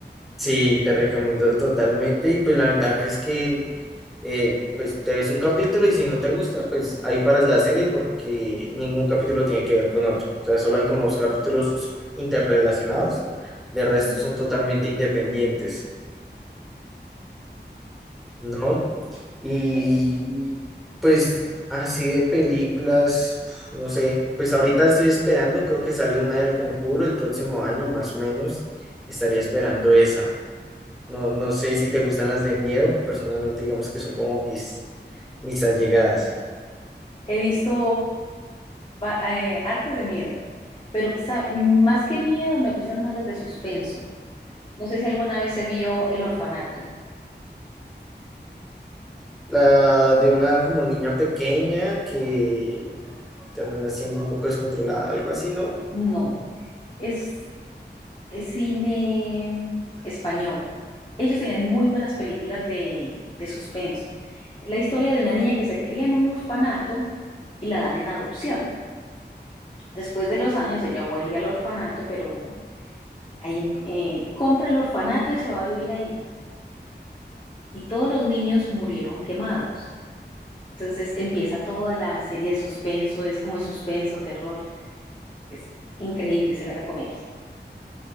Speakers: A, in the centre; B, on the left.
A: sí, te recomiendo totalmente, y pues la ventaja es que eh, pues te ves un capítulo y si no te gusta, pues ahí paras la serie porque ningún capítulo tiene que ver con otro. O sea, solo hay como dos capítulos interrelacionados, de resto
B: Mm,
A: son totalmente independientes, ¿no? Y
B: bueno.
A: pues así de películas, pf, no sé, pues ahorita estoy esperando, creo que sale una del Conjuro el próximo año, más o menos, estaría esperando esa. No, no sé si te gustan las de miedo, personalmente digamos que son como mis, mis allegadas.
B: He visto va- eh, hartas de miedo, pero sa- mm, más que miedo me gustan más las de suspenso. No sé si alguna vez se vio El Orfanato.
A: La de una como niña pequeña que termina siendo un poco descontrolada, algo así, ¿no?
B: No. Es eh, cine español. Ellos tienen muy buenas películas de, de suspenso. La historia de una niña que se cría en un orfanato y la dan en adopción. Después de los años ella vuelve al orfanato, pero ahí em- eh, compra el orfanato y se va a vivir ahí. Y todos los niños murieron quemados. Entonces empieza toda la serie de suspenso, es como de suspenso, terror. Es increíble, se la recomiendo.